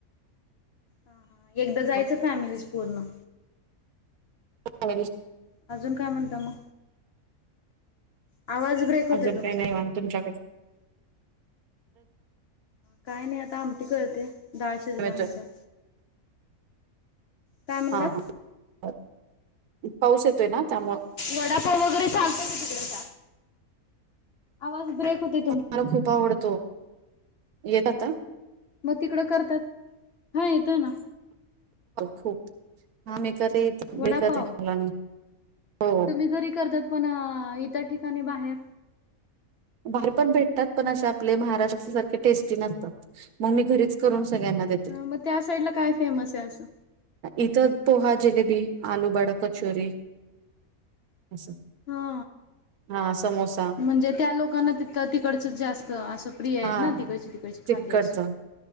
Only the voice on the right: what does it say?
मग
<inaudible>
अजून
काय नाही, निवांत तुमच्याकड
येतोय
हा हा पाऊस येतोय ना त्यामुळे
मला खूप आवडतो येत आता
खूप हामे करते
बेकते मुलांना <unintelligible> हो
बाहेर पण भेटतात पण असे आपले महाराष्ट्राच्या सारखे टेस्टी नसतात मग मी घरीच करून सगळ्यांना देते
इथं पोहा, जिलेबी, आलू बडा, कचोरी अस
हा समोसा
हा
तिकडचं